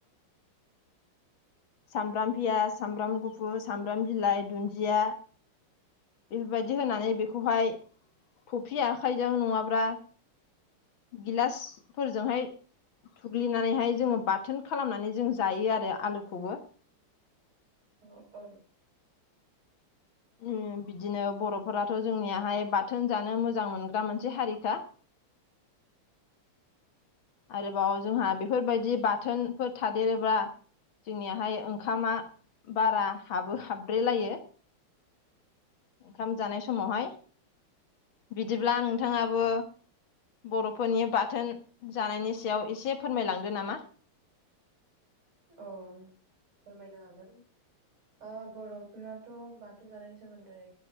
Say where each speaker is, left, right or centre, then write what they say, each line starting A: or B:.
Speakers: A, on the left (about 65°); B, on the right (about 70°).
A: सामब्राम पियास सामब्राम गुफुर सामब्राम बिलाइ दुन्दिया बेफोरबायदि होनानै बेखौहाय थ'फि आखाइजों नङाब्ला गिलासफोरजोंहाय थुग्लिनानैहाय जोङो बाथोन खालामनानै जों जायो आरो आलुखौबो
B: अ औ
A: उम बिदिनो बर'फोराथ' जोंनियाहाय बाथोन जानो मोजां मोनग्रा मोनसे हारिखा आरोबाव जोंहा बेफोरबायदि बाथोनफोर थादेरोब्ला जोंनियाहाय ओंखामा बारा हाबो हाब्रेलायो ओंखाम जानाय समावहाय बिदिब्ला नोंथाङाबो बर'फोरनि बाथोन जानायनि सायाव एसे फोरमायलांदो नामा
B: औ फोरमायनो हागोन ओ बर'फोराथ' बाथोन जानायनि सोमोन्दै